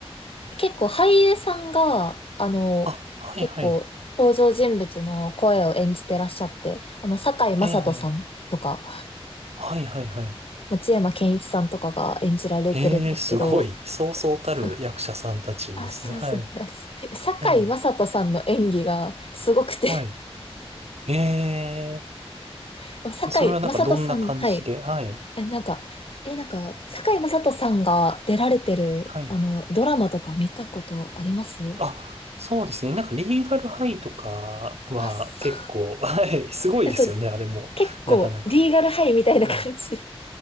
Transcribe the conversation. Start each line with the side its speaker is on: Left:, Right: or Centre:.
Left: 結構俳優さんが、あの、
Right: あ、はいはい。
Left: 結構登場人物の声を演じてらっしゃって、あの、堺雅人さんとか、
Right: ええ。はいはいはい。
Left: 松山ケンイチさんとかが演じられてるんですけど、
Right: ええ、すごい。そうそうたる役者さんたちですね。
Left: <laughs> そうあ、そうそうです。
Right: はい。
Left: 堺雅人さんの演技がすごくて、
Right: ええ。はい。ええ。
Left: <laughs> 堺雅人さん、
Right: それはなんかどんな感じで、
Left: はい。
Right: はい。
Left: え、なんか、え、なんか、堺雅人さんが出られてる、
Right: はい。
Left: あの、ドラマとか見たことあります
Right: あ、そうですね。なんかリーガルハイとかは結構、
Left: あ、そう。
Right: <laughs> はい。すごいですよね、
Left: そう、
Right: あれも。
Left: 結構、
Right: なかなか。
Left: リーガルハイみたいな感じ。
Right: はい。